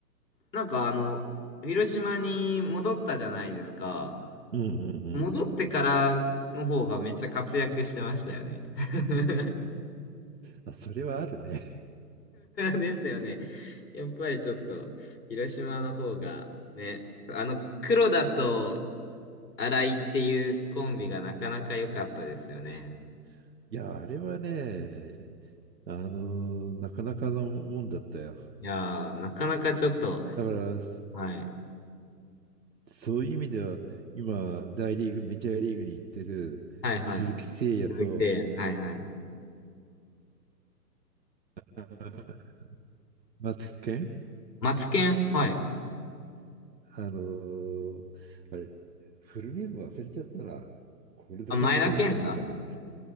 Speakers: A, on the left (about 85°); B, on the right (about 85°).
A: なんかあの、広島に戻ったじゃないですか。
B: うんうんうんうんうん。
A: 戻ってからの方がめっちゃ活躍してましたよね。<laughs>
B: あ、それはあるね。
A: ですよね。やっぱりちょっと、広島の方がね、あの、黒田と新井っていうコンビがなかなか良かったですよね。
B: <laughs> いや、あれはね、あのーなかなかのもんだったよ。
A: いやー、なかなかちょっと、
B: だから、そ
A: はい。
B: そういう意味では、今、大リーグ、メジャーリーグに行ってる鈴木誠也と、
A: はいはい。鈴木誠也、はいはい。
B: ま松健
A: マツケン、はい。
B: あのーあれ、フルネーム忘れちゃったな。これでファンと言えるのかな。
A: あ、前田健太